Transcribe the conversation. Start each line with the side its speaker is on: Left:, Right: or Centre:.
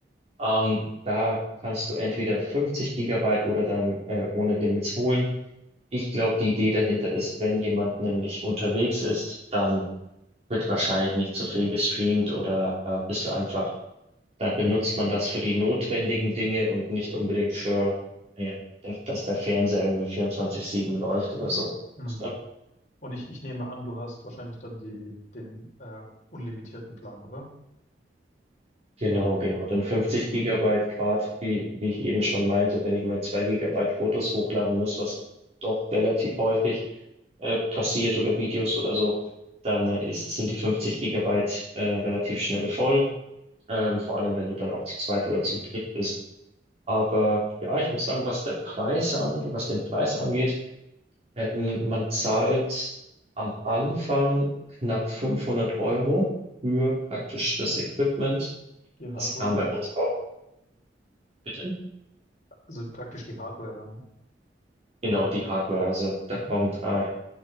Right: Ähm, da kannst du entweder 50 Gigabyte oder dann äh, ohne Limits holen. Ich glaube, die Idee dahinter ist, wenn jemand nämlich unterwegs ist, dann wird wahrscheinlich nicht so viel gestreamt oder äh, bist du einfach da benutzt man das für die notwendigen Dinge und nicht unbedingt für, naja, da- dass der Fernseher irgendwie 24/7 läuft oder so. Weißt
Left: Hm.
Right: du?
Left: Und ich, ich nehme an, du hast wahrscheinlich dann die, den äh, unlimitierten Plan, oder?
Right: Genau, genau. Dann 50 Gigabyte Grad, wie, wie ich eben schon meinte, wenn ich mal 2 Gigabyte Fotos hochladen muss, was doch relativ häufig äh, passiert oder Videos oder so, dann äh, ist, sind die 50 Gigabyte äh, relativ schnell voll, ähm, vor allem wenn du dann auch zu zweit oder zu dritt bist. Aber ja, ich muss sagen, was der Preis angeht, was den Preis angeht, Ähm, man zahlt am Anfang knapp 500 Euro für praktisch das Equipment.
Left: Die Hardware.
Right: Das kam bei uns auch. Bitte?
Left: Also praktisch die Hardware dann.
Right: Genau, die Hardware. Also da
Left: Mhm.
Right: kommt ein